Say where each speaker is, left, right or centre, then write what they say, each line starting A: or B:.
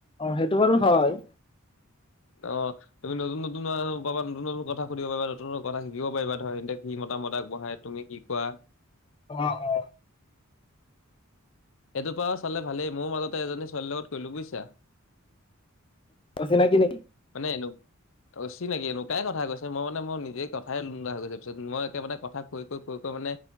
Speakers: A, on the left; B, on the left.
A: অ সেইটো বাৰু হয়
B: অ তুমি নতুন নতুন পাবা নতুন নতুন কথা সুধিব পাৰিবা নতুন নতুন কথা শিকিব পাৰিবা ধৰা সিহঁতে কি মতামত আগবঢ়ায় তুমি কি কোৱা
A: অ অ
B: এইটোপা চালে ভালেই মোৰ মাজতে এজনী ছোৱালীৰ লগত কলোঁ বুজিছা
A: অচিনাকি নেকি
B: মানে এনো অচিনাকি এনেকুৱাই কথা কৈছে মই মানে মোৰ নিজেই কথাই নুলোৱা গৈছে পিছত মই একে মানে কথা কৈ কৈ কৈ কৈ মানে